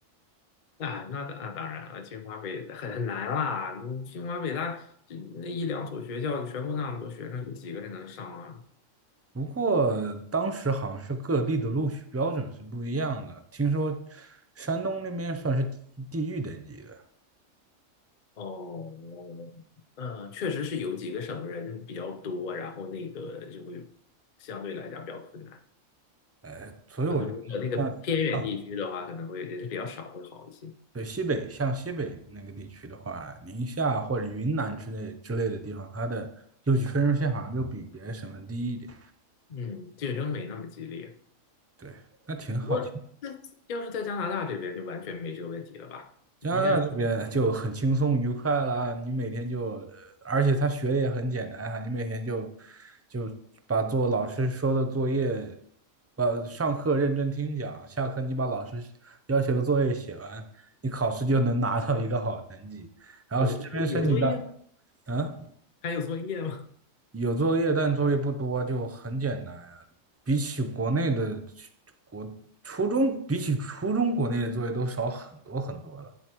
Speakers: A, on the left; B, on the right.
A: 啊，那那当然了，清华北很很难啦，你清华北大这那一两所学校，全国那么多学生，有几个人能上啊？
B: <laughs> 不过当时好像是各地的录取标准是不一样的，听说山东那边算是地地狱等级的。
A: 哦，嗯，确实是有几个省人比较多，然后那个就会相对来讲比较困难。
B: 呃，所以我觉得像像
A: 可能如果那个偏远地区的话，可能会人是比较少，会好一些。
B: 对西北，像西北那个地区的话，宁夏或者云南之类之类的地方，它的录取分数线好像就比别的省份低一点。
A: 嗯，竞争没那么激烈。
B: 对，那挺好。
A: 不过，那要是在加拿大这边，就完全没这个问题了吧？
B: 加拿大这边就很轻松愉快啦，
A: 应该是
B: 你每天就，呃而且他学的也很简单啊，你每天就就把做老师说的作业，把上课认真听讲，下课你把老师要求的作业写完，你考试就能拿到一个好成绩。然后这边申请到，
A: 有有有作业吗？
B: 嗯，
A: 还有作业吗？
B: 有作业，但作业不多，就很简单呀。比起国内的国初中，比起初中国内的作业都少很多很多了。